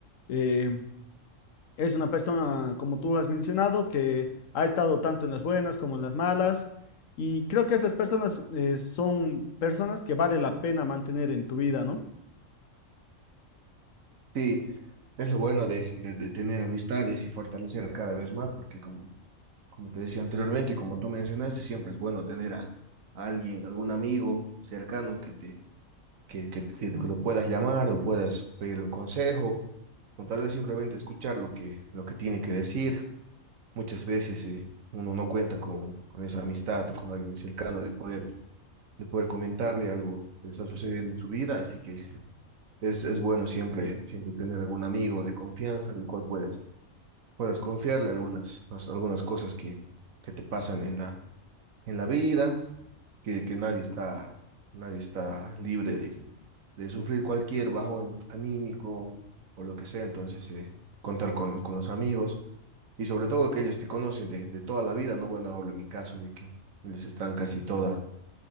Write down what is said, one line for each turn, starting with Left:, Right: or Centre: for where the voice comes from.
Left: Eh, es una persona, como tú has mencionado, que ha estado tanto en las buenas como en las malas. Y creo que esas personas eh, son personas que vale la pena mantener en tu vida, ¿no?
Right: Sí, es lo bueno de, de- de tener amistades y fortalecerlas cada vez más, porque como, como te decía anteriormente y como tú mencionaste, siempre es bueno tener a, a alguien, algún amigo cercano que te, que, que, que te- que lo puedas llamar o puedas pedir un consejo, o tal vez simplemente escuchar lo que, lo que tiene que decir. Muchas veces eh, uno no cuenta con, con esa amistad o con alguien cercano de poder, de poder comentarle algo que le está sucediendo en su vida, así que es, es bueno siempre, siempre tener algún amigo de confianza al cual puedas, puedas confiarle algunas, las- algunas cosas que, que te pasan en la, en la vida, que, que nadie está, nadie está libre de, de sufrir cualquier bajón anímico o lo que sea. Entonces, eh, contar con, con los amigos y sobre todo que ellos te conocen de, de toda la vida, ¿no? Bueno, hablo en mi caso de que ellos están casi toda